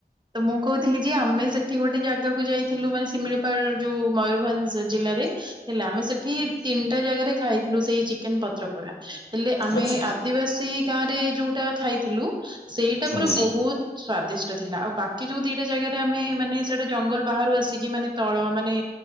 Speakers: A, on the right (about 25°); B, on the left (about 75°).
A: ତ ମୁଁ କହୁଥିଲି ଯେ ଆମେ ସେଠି ଗୋଟେ ଜାଗାକୁ ଯାଇଥିଲୁ ମାନେ ଶିମିଳିପାଳ ଯୋଉ ମୟୂରଭଞ୍ଜ ଜିଲ୍ଲାରେ ହେଲା ଆମେ ସେଠି ତିନିଟା ଜାଗାରେ ଖାଇଥିଲୁ ସେଇ ଚିକେନ ପତ୍ର ପୋଡା। ହେଲେ ଆମେ
B: ଆଚ୍ଛା ହୁଁ
A: ଆଦିବାସୀ ଗାଁ ରେ ଯୋଉଟା ଖାଇଥିଲୁ ସେଇଟା ପୁରା
B: ଆଚ୍ଛା।
A: ବହୁତ ସ୍ଵାଦିଷ୍ଟ ଥିଲା ଆଉ ବାକି ଯୋଉ ଦିଟା ଜାଗାରେ ଆମେ ମାନେ ସେଇଟା ଜଙ୍ଗଲ ବାହାରୁ ଆସିକି ମାନେ ତଳ ମାନେ